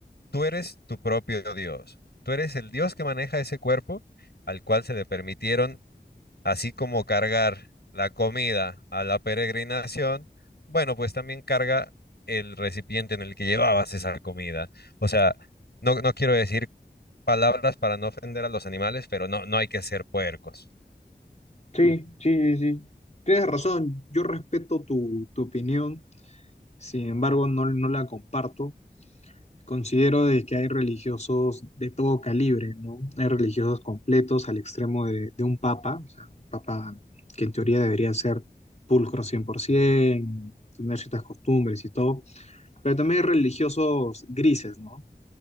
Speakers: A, on the left; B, on the left.
A: tú eres tu propio Dios, tú eres el Dios que maneja ese cuerpo al cual se le permitieron, así como cargar la comida a la peregrinación, bueno, pues también carga el recipiente en el que llevabas esa comida. O sea, no, no quiero decir palabras para no ofender a los animales, pero no, no hay que ser puercos.
B: Sí, sí, sí, sí. Tienes razón, yo respeto tu, tu opinión, sin embargo no, no la comparto. Considero de que hay religiosos de todo calibre, ¿no? Hay religiosos completos al extremo de, de un papa, o sea, un papa que en teoría debería ser pulcro 100%, tener ciertas costumbres y todo, pero también hay religiosos grises, ¿no?